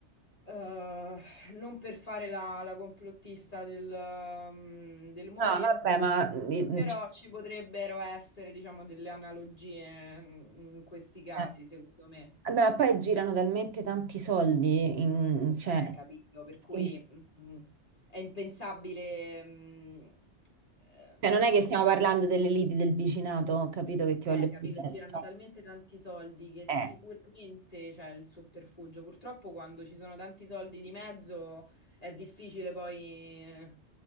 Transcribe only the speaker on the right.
No, vabbè, ma, eh,
cioè,
eh,
vabbè, ma poi girano talmente tanti soldi, in- cioè,
che-
cioè, non è
che stiamo parlando delle liti del vicinato, ho capito che ti
voglio
dire.
Eh, eh.